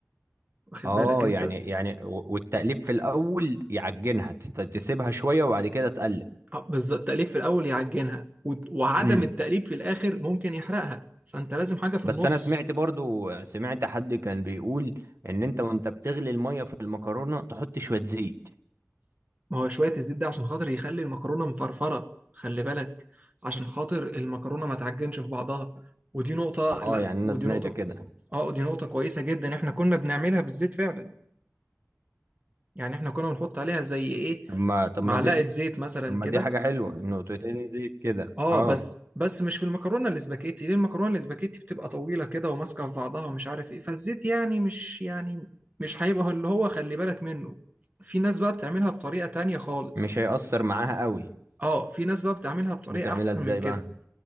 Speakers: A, on the right; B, on the right.
A: واخد
B: اه
A: بالك انت
B: يعني يعني و- والتقليب في الاول يعجنها تت- تسيبها شويه وبعد كده تقلب
A: آه، بالظبط التقليب في الاول يعجنها و- وعدم
B: امم
A: التقليب في الاخر ممكن يحرقها فانت لازم حاجه في
B: بس
A: النص
B: انا سمعت برضو سمعت حد كان بيقول ان انت وانت بتغلي الميه في المكرونه تحط شويه زيت
A: ما هو شويه الزيت ده عشان خاطر يخلي المكرونه مفرفره خلي بالك عشان خاطر المكرونه ما تعجنش في بعضها ودي نقطه
B: اه
A: لا
B: يعني
A: ودي
B: انا سمعت
A: نقطه
B: كده
A: اه دي نقطه كويسه جدا احنا كنا بنعملها بالزيت فعلا يعني احنا كنا بنحط عليها زي ايه
B: طب ما طب
A: معلقه
B: ما دي
A: زيت مثلا
B: طب ما
A: كده
B: دي حاجه حلوه انه تتقلي زيت كده
A: اه
B: اه
A: بس بس مش في المكرونه الاسباجيتي ليه المكرونه الاسباجيتي بتبقى طويله كده وماسكه في بعضها ومش عارف ايه فالزيت يعني مش يعني مش هيبقى اللي هو خلي بالك منه في ناس بقى بتعملها بطريقه تانية خالص
B: مش هيأثر معاها قوي
A: اه في ناس بقى بتعملها بطريقه
B: بتعملها
A: احسن
B: ازاي
A: من كده
B: بقى